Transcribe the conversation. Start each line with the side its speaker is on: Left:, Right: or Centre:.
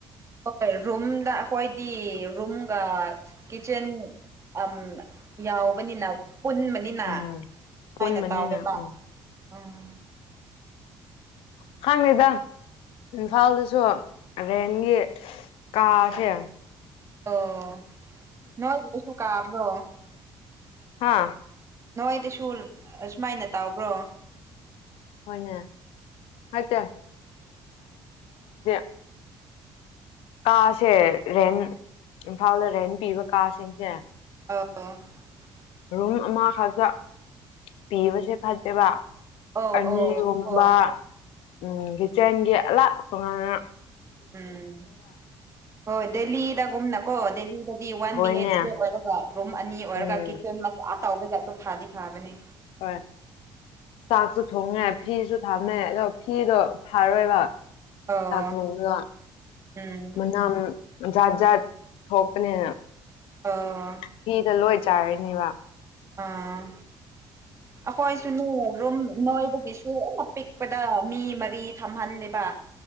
Right: ꯍꯣꯏ ꯔꯨꯝꯗ ꯑꯩꯈꯣꯏꯗꯤ ꯔꯨꯝꯒ ꯀꯤꯠꯆꯦꯟ ꯎꯝ ꯌꯥꯎꯕꯅꯤꯅ ꯄꯨꯟ ꯑꯅꯤꯅ
Left: ꯎꯝ
Right: ꯍꯥꯏꯅ
Left: ꯄꯨꯟꯕꯅꯤꯅ
Right: ꯇꯥꯎꯋꯦꯕ
Left: ꯎꯝ
Right: ꯎꯝ
Left: ꯍꯥꯡ ꯂꯤꯗ ꯏꯝꯐꯥꯜꯗꯁꯨ ꯔꯦꯟꯒꯤ ꯀꯥꯁꯦ
Right: ꯑꯣ ꯅꯣꯏꯁꯨ <unintelligible> ꯀꯥꯕ꯭ꯔꯣ
Left: ꯍꯥꯥ
Right: ꯅꯣꯏꯗꯁꯨ ꯁꯨꯃꯥꯏꯅ ꯇꯥꯎꯕ꯭ꯔꯣ
Left: ꯍꯣꯏꯅꯦ ꯍꯥꯏꯇꯦ <unintelligible> ꯀꯥꯁꯦ ꯔꯦꯟ ꯏꯝꯐꯥꯜꯗ ꯔꯦꯟ ꯄꯤꯕ ꯀꯥꯁꯤꯡꯁꯦ
Right: <unintelligible>
Left: ꯔꯨꯝ ꯑꯃꯈꯛꯇ ꯄꯤꯕꯁꯦ ꯐꯠꯇꯦꯕ
Right: ꯑꯧ
Left: ꯑꯅꯤꯒꯨꯝꯕ
Right: ꯑꯧ ꯍꯣꯏ
Left: ꯎꯝ ꯀꯤꯠꯆꯦꯟꯒꯤ ꯑꯂꯥꯛꯄ ꯇꯉꯥꯟꯅ
Right: ꯎꯝ ꯍꯣꯏ ꯗꯦꯜꯂꯤꯗꯒꯨꯝꯅꯀꯣ ꯗꯦꯜꯂꯤ ꯗꯤ ꯋꯥꯟ
Left: ꯍꯣꯏꯅꯦ
Right: ꯕꯤ ꯍꯩꯆꯀꯤ ꯑꯣꯏꯔꯒ ꯔꯨꯝ ꯑꯅꯤ ꯑꯣꯏꯔꯒ
Left: ꯎꯝ
Right: ꯀꯤꯠꯆꯟ ꯃꯆꯥ ꯇꯧꯕꯁꯦ ꯐꯗꯤ ꯐꯥꯕꯅꯦ
Left: ꯍꯣꯏ ꯆꯥꯛꯁꯨ ꯊꯣꯡꯉꯦ ꯐꯤꯁꯨ ꯊꯥꯝꯃꯦ ꯑꯗꯣ ꯐꯤꯗꯣ ꯐꯥꯔꯣꯏꯕ
Right: ꯑꯣ
Left: ꯆꯥꯛ ꯊꯣꯡꯕꯗꯣ
Right: ꯎꯝ
Left: ꯃꯅꯝ ꯖꯥꯠ ꯖꯥꯠ ꯊꯣꯛꯄꯅꯤꯅ
Right: ꯑꯣ
Left: ꯐꯤꯗ ꯂꯣꯏ ꯆꯥꯏꯔꯅꯤꯕ
Right: ꯑꯥ ꯑꯩꯈꯣꯏꯁꯨꯅꯦ ꯔꯨꯝ ꯅꯣꯏꯗꯒꯤꯁꯨ ꯑꯅ ꯄꯤꯛꯄꯗ ꯃꯤ ꯃꯔꯤ ꯊꯝꯍꯜꯂꯦꯕ